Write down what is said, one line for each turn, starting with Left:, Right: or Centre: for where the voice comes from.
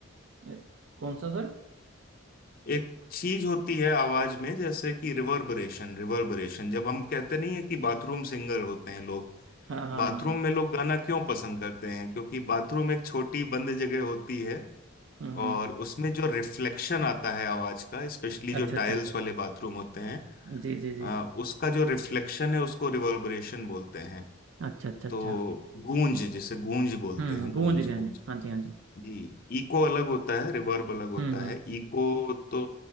Right: अ, कौन सा सर
Left: एक चीज होती है आवाज में जैसे कि रिवर्बरेशन रिवर्बरेशन जब हम कहते नहीं है कि बाथरूम सिंगर होते हैं लोग
Right: हाँ हाँ
Left: बाथरूम
Right: हाँ हाँ
Left: में लोग गाना क्यों पसंद करते हैं क्योंकि बाथरूम एक छोटी बंद जगह होती है
Right: हम्म हम्म,
Left: और उसमें जो रिफ्लेक्शन आता है आवाज का स्पेशली जो
Right: अच्छा अच्छा
Left: टाइल्स
Right: अच्छा
Left: वाले बाथरूम होते हैं
Right: जी जी जी
Left: अ, उसका जो रिफ्लेक्शन है उसको रिवर्बरेशन बोलते हैं
Right: अच्छा अच्छा अच्छा
Left: तो गूंज जिसे गूंज बोलते
Right: हम्म
Left: हैं
Right: गूंज
Left: गूंज
Right: गए
Left: गूंज
Right: ने हाँ जी हाँ जी
Left: जी इको अलग होता है रिवर्ब अलग होता
Right: हम्म हम्म
Left: है इको तो